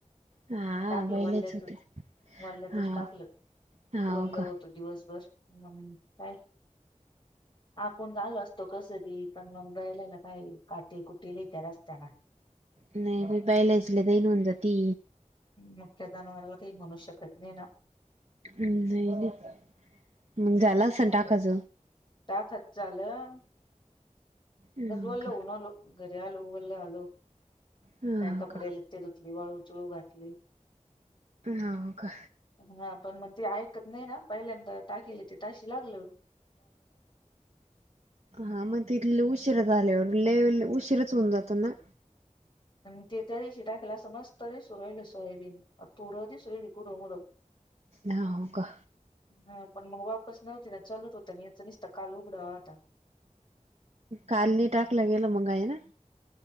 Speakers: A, on the right; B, on the left.
A: हा
B: टाकलं
A: बैलेच
B: वाल्ल्यातच
A: होते
B: वल्ल्यातच
A: हा
B: टाकलं.
A: हाव
B: वल्ल
A: का
B: होत दिवसभर. मग काय? आपण आलो असतो कस बी. पण मग बेलाला काये काट कुटे लय त्या रस्त्याना
A: नाही बाई बायलाची लई दईन होउन जाती.
B: मुक्या जनावराला काही म्हणू शकत नाही ना.
A: नाही नाही मग झालं असन टाकाच.
B: टा खच झालं.
A: हा
B: गजवलो
A: का
B: होउन आलो घरी आलो.. वल्ल झालो
A: हा
B: काय कपडे्या
A: का
B: लते धुतली वाळू चळू घातली.
A: हा का
B: हा पण म ते ऐकत नाही ना पहिल्यांतर. टाकीले ते ताशी लागल.
A: हा म तेथल उ उशीरा झाल्यावर लय उशीरच होऊन जातो ना.
B: अनं ते त्या दिवशी टाकेल असं मस्त दिसू राहिलं सोयाबीन आणि तुर दिसू राहीली कुडमुड.
A: हाव का?
B: हा पण मग वापस नव्हती ना चालूच होत न याच नुसत काल उघडा होता.
A: काल नय टाकलं गेलं मंग हाय ना.